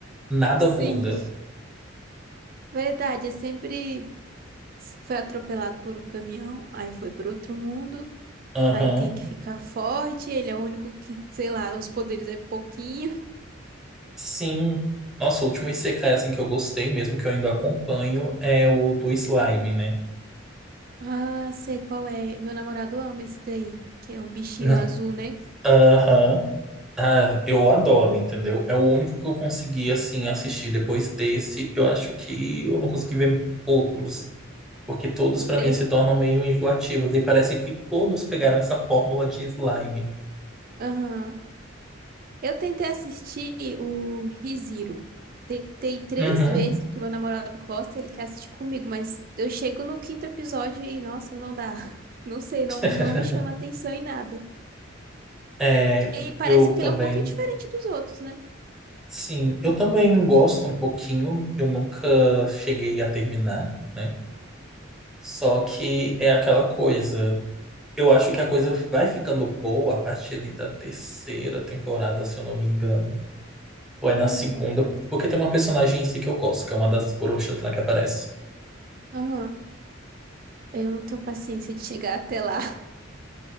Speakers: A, in the centre; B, on the right.
A: Nada
B: Sim.
A: muda.
B: Verdade, é sempre foi atropelado por um caminhão, aí foi para outro mundo,
A: Aham.
B: aí tem que ficar forte, ele é o único que, sei lá, os poderes é pouquinho. <laughs>
A: Sim. Nossa, o último Isekai assim que eu gostei mesmo, que eu ainda acompanho, é o do slime, né?
B: Ah, sei qual é. Meu namorado ama esse daí, que é um bichinho
A: <laughs>
B: azul, né?
A: Aham. Ah, eu adoro, entendeu? É o único que eu consegui assim assistir. Depois desse, eu acho que eu não consegui ver outros. Porque todos, pra mim,
B: É-
A: se tornam meio enjoativos. E parece que todos pegaram essa fórmula de slime.
B: Aham. Eu tentei assistir o ReZero. Tentei três
A: Uhum.
B: vezes, porque meu namorado gosta, ele quer assistir comigo, mas eu chego no quinto episódio e, nossa, não dá. <laughs> Não sei, não,
A: <laughs>
B: não me chama atenção em nada.
A: É,
B: E parece
A: eu
B: que
A: também.
B: ele é um pouquinho diferente dos outros, né?
A: Sim, eu também gosto um pouquinho. Eu nunca cheguei a terminar, né? Só que é aquela coisa. Eu acho que a coisa vai ficando boa a partir ali da terceira temporada, se eu não me engano. Ou é na
B: Uhum,
A: segunda,
B: nossa.
A: porque tem uma personagem em si que eu gosto, que é uma das bruxas lá que aparece.
B: Aham. Eu não tenho paciência de chegar até lá. <laughs>